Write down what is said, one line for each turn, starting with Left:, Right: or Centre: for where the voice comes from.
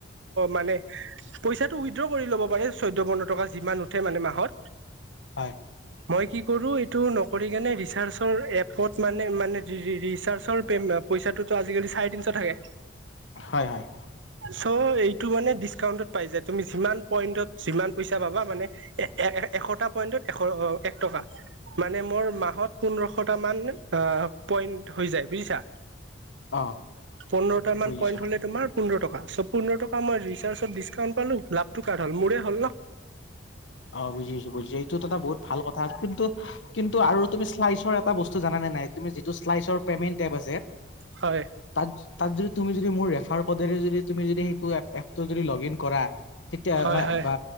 Right: মানে পইচাটো উইড্ৰ কৰি ল'ব পাৰে চৈধ্য পোন্ধৰ টকা যিমান উঠে মানে মাহ ধৰ
Left: হয়,
Right: মই কি কৰোঁ এইটো নকৰি কেনে ৰিচাৰ্জ এপত মানে মানে ৰিচাৰ্জৰ পইচাটো টো আজিকালি চাৰে তিনিশ থাকে।
Left: হয় হয়।
Right: চ' এইটো মানে ডিচকাউণ্টত পাই যায় তুমি যিমান পইণ্টত যিমান পইচা পাবা মানে
Left: হয়।
Right: এ এ এশটা। পইনটোত এশ এক টকা মানে মোৰ মাহত পোন্ধৰশ টা মান আ পইট হৈ যায় বুইছা
Left: অ',
Right: পোন্ধৰটা মান
Left: বুজিছো।
Right: পইন্ট হ'লে তোমাৰ পোন্ধৰ টকা চব। পোন্ধৰ টকা মই ৰিচাৰ্জত ডিছকাউণ্ট পালোঁ লাভটো কাৰ হ'ল মোৰে হ'ল ন।
Left: অ বুজিছোঁ বুজিছোঁ এইটোতো এটা বহুত ভাল কথা কিন্তু কিন্তু আৰু তুমি শ্লাইচৰ এ এটা বস্তু জানানে নাই তুমি যিটো শ্লাইচৰ পেমেন্ট এপ আছে।
Right: হয়
Left: তাত তাত যদি তুমি যদি মোৰ মোৰ‌ বোধেৰে যদি তুমি যদি সেইটো এপ এপ টো যদি লগ ইন‌ কৰা তেতিয়া
Right: হয় হয়
Left: বা